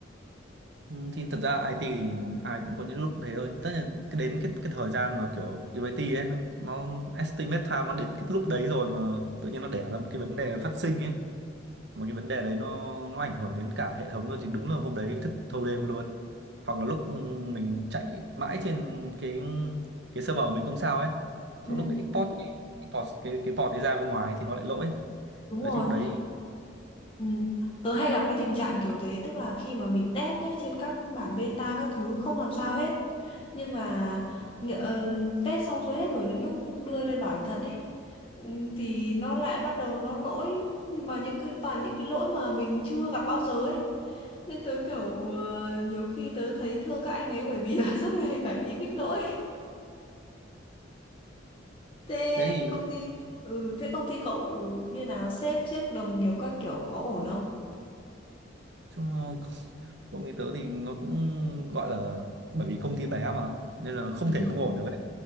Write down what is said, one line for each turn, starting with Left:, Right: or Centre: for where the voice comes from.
Right: ừ, thì thật ra IT thì ai cũng có những lúc thế thôi tất nhiên cái đến cái cái thời gian mà kiểu UAT ấy nó, nó estimate time nó đến cái lúc đấy rồi mà tự nhiên nó đẻ ra một cái vấn đề phát sinh ấy mà cái vấn đề đấy nó nó ảnh hưởng đến cả hệ thống luôn thì đúng là hôm đấy thức thâu đêm luôn hoặc là lúc ừ, mình chạy mãi trên cái cái server của mình không sao ấy xong
Left: Ừ.
Right: lúc mình export cái, export cái cái port đấy ra bên ngoài thì nó lại lỗi
Left: Đúng
Right: đấy
Left: rồi.
Right: lúc đấy
Left: Ừ. Tớ hay gặp cái tình trạng kiểu thế tức là khi mà mình test nhé trên các bản beta các thứ không làm sao hết nhưng mà nhỡ- ờ, test xong xuôi hết rồi đến lúc đưa lên bản thật đi thì nó lại bắt đầu nó lỗi mà những cái toàn những cái lỗi mà mình chưa gặp bao giờ ấy nên tớ kiểu ờ, nhiều khi tớ thấy thương các anh ấy bởi vì là <laughs> suốt ngày phải đi fix lỗi thế
Right: thế thì
Left: công ty ừ thế công ty cậu như nào sếp trước đồng nghiệp các kiểu có ổn không
Right: chung ờ, <laughs> công ty tớ thì nó cũng gọi là bởi vì công ty bé mà nên là không
Left: Ừ.
Right: thể không ổn được ấy